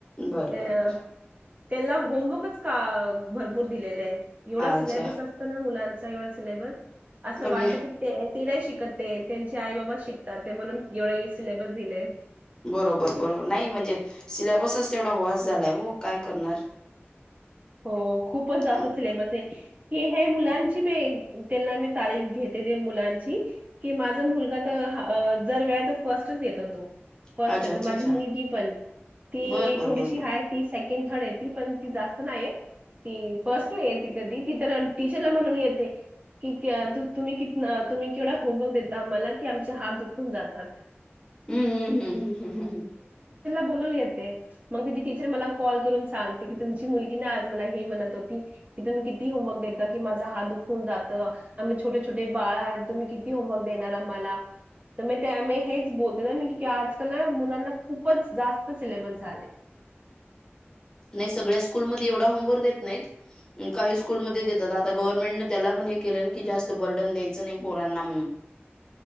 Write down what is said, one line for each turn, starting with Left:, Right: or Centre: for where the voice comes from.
Left: बर
Right: ते
Left: बर बर
Right: त्यांना होमवर्कच का भरपूर दिलेलं आहे एवढा
Left: अच्छा
Right: सिलेबस असतं ना मुलांचा कावढ सिलेबस असं
Left: पण
Right: वाटत की ते ते नाही शिकतते त्यांचे आई बाबा शिक ते म्हणून एवढा सिलेबस दिले
Left: बरोबर बरोबर नाही म्हणजे सिलेबसच तेवढा वॉस झालाय हो काय करणार
Right: हो खूपच जास्त
Left: अम,
Right: सिलेबस आहे की हे मुलांची म त्यांना मी तारीफ घेते ते मुलांची की माझा मुलगा तर जर वेळ तर फर्स्टच येतो तो फर्स्ट
Left: अच्छा
Right: य
Left: अच्छा
Right: तर माझी
Left: अच्छा
Right: मुलगी पण ती
Left: बरं बरं
Right: थोडीशी
Left: बरं बरं
Right: हाय ती सेकंड थर्ड आहे ती पण क जाात नाही ती फर्स्ट य त कधी ती तर टीचरला म्हणून येते की तुम्ही क तुम्ही केवढा होमवर्क देता मला की आमचे हात दुखून जातात
Left: हम्म हम्म हम्म हम्म हम्म हम्म हम्
Right: कून ती मुलीगी ना आज मला हे म्हणत होती की तुम्ही किती होमवर्क देता की माझा हात दुखून जात आम्ही छोटे छोटे बाळ तुम्ही किती होमवर्क देणार आम्हाला तर म त्या हेच बोलते ना आजकल ना मुलांना खूपच जास्त सिलेबस झालंय.
Left: नाही सगळ्या स्कूलमध्ये एवढा होमवर्क देत नाहीत काही स्कूलमध्ये देतात आता गव्हर्नमेंटने त्याला पण हे केलं कि जास्त बर्डन द्यायचं नाही पोरांना म्हणून